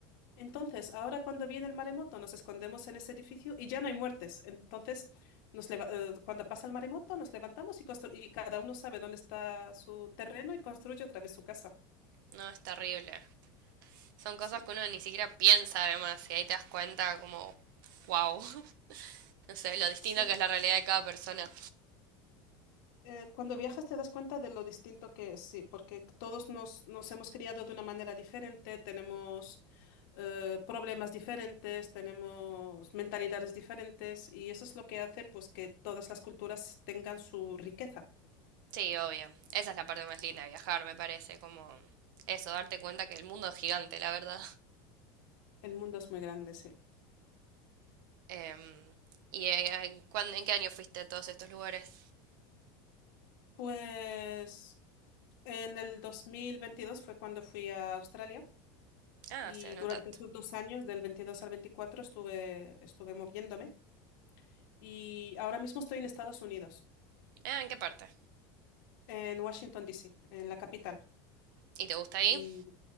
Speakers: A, on the left (about 65°); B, on the right (about 70°).
A: entonces, ahora cuando viene el maremoto, nos escondemos en ese edificio y ya no hay muertes. Entonces, nos leva- eh, cuando pasa el maremoto, nos levantamos y, constru- y cada uno sabe dónde está su terreno y construye otra vez su casa.
B: No, es terrible. Son cosas
A: Sí,
B: que uno ni siquiera piensa además, y ahí te das cuenta como, wow, <laughs> no sé, lo distinta
A: sí.
B: que es la realidad de cada persona.
A: Eh, cuando viajas te das cuenta de lo distinto que es, sí, porque todos nos, nos hemos criado de una manera diferente, tenemos eh, problemas diferentes, tenemos mentalidades diferentes y eso es lo que hace pues que todas las culturas tengan su riqueza.
B: Sí, obvio. Esa es la parte más linda de viajar, me parece, como eso, darte cuenta que el mundo es gigante, la verdad.
A: El mundo es muy grande, sí.
B: Em, ¿y eh, en, cuán- en qué año fuiste a todos estos lugares?
A: Pues en el 2022 fue cuando fui a Australia
B: Ah,
A: y
B: hace no
A: durante
B: tanto.
A: esos dos años, del 22 al 24 estuve, estuve moviéndome y ahora mismo estoy en Estados Unidos,
B: Ah, ¿en qué parte?
A: en Washington, D. C. en la capital.
B: ¿Y te gusta ahí?
A: Y